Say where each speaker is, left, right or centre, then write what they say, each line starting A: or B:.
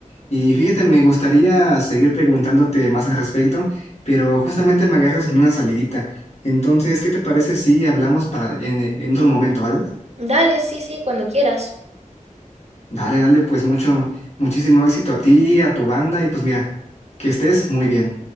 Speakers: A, on the left; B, on the right.
A: Y fíjate, me gustaría seguir preguntándote más al respecto, pero justamente me agarras en una salidita. Entonces, ¿qué te parece si hablamos para en, en otro momento, ¿vale?
B: Dale, sí, sí, cuando quieras.
A: Dale, dale, pues mucho, muchísimo éxito a ti, a tu banda y pues mira, que estés muy bien.